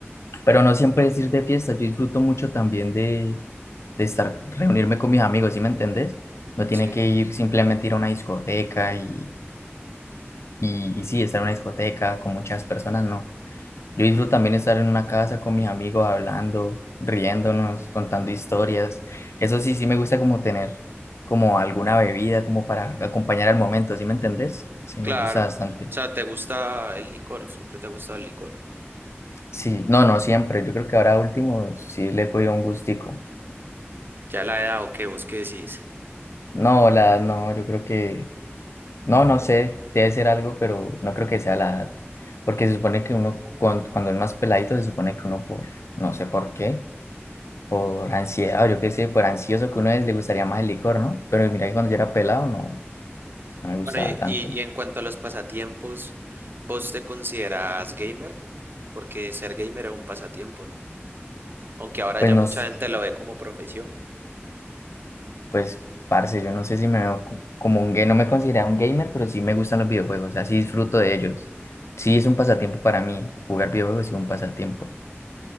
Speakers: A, on the left; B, on the right.
A: Pero no siempre es ir de fiesta. Yo disfruto mucho también de, de estar, reunirme con mis amigos, ¿sí me entendés? No tiene
B: Sí.
A: que ir simplemente ir a una discoteca y, y, y sí, estar en una discoteca con muchas personas, no. Yo disfruto también estar en una casa con mis amigos hablando, riéndonos, contando historias. Eso sí, sí me gusta como tener como alguna bebida como para acompañar al momento, ¿sí me entendés? Sí
B: Claro.
A: me gusta
B: O
A: bastante.
B: sea, te gusta el licor, siempre te ha gustado el licor.
A: Sí, no, no siempre. Yo creo que ahora último sí le he cogido un gustico.
B: Ya la edad o qué, vos qué decís.
A: No, la edad no, yo creo que, no, no sé, debe ser algo, pero no creo que sea la edad. Porque se supone que uno cuan- cuando, es más peladito se supone que uno por, no sé por qué por ansiedad, o yo qué sé, por ansioso que uno es, le gustaría más el licor, ¿no? Pero mira que cuando yo era pelado no, no me gustaba
B: Bueno, y,
A: tanto.
B: y y en cuanto a los pasatiempos, ¿vos te consideras gamer? Porque ser gamer es un pasatiempo, ¿no? Aunque ahora
A: Pues
B: ya
A: no,
B: mucha
A: s-
B: gente lo ve como profesión.
A: pues parce, yo no sé si me veo co- como un gay, no me considero un gamer, pero sí me gustan los videojuegos, o sea, sí disfruto de ellos. Sí es un pasatiempo para mí, jugar videojuegos es un pasatiempo.